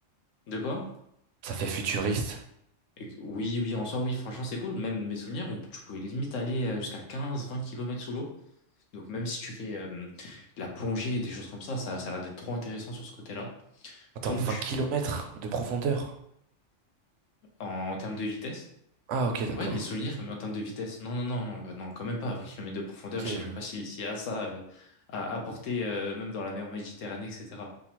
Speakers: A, on the left; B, on the right.
A: de quoi?
B: Ça fait futuriste.
A: Et que- oui, oui, en soi, oui, franchement, c'est cool. Même mes souvenirs, on- tu pouvais limite aller euh, jusqu'à quinze, vingt kilomètres sous l'eau. Donc même si tu fais euh, de la plongée et des choses comme ça, ça, ça a l'air d'être trop intéressant sur ce côté-là.
B: Attends,
A: Donc,
B: 20 kilomètres de profondeur.
A: en, termes de vitesse,
B: Ah, ok, d'accord.
A: ouais, de mes souvenirs, mais en termes de vitesse, non, non, non, non, bah non, quand même pas, 20 kilomètres de profondeur,
B: Ok.
A: je sais même pas si- s'il y a ça euh, à apporter, euh, même dans la mer Méditerranée, etc.